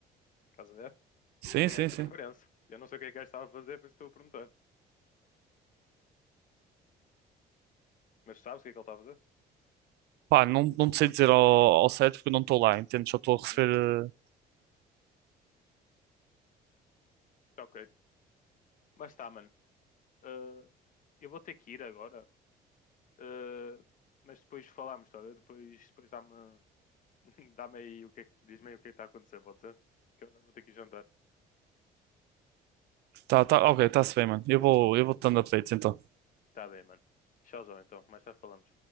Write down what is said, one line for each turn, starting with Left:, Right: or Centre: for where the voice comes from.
Left: estás a ver?
Right: Sim,
Left: Tem
Right: sim,
Left: essa
Right: sim.
Left: diferença. Eu não sei o que é que o gajo estava a fazer, por isso estou a perguntar. Mas sabes o que é que ele estava a fazer?
Right: Pá, não, não te sei dizer ao, ao certo porque eu não estou lá, entendo, só estou a receber
Left: Uhum, Tá ok. Mas tá, mano. Uh, eu vou ter que ir agora. Uh, mas depois falamos, tá? bem? Depois, depois dá-me <laughs> dá-me aí o que é que- diz-me aí o que é que está a acontecer, pode ser? Que eu agora vou ter que ir jantar.
Right: Tá, tá, ok, tá-se bem, mano. Eu vou, eu vou-te dando updates então.
Left: Tá bem, mano. Tchauzão, então. Mais tarde falamos.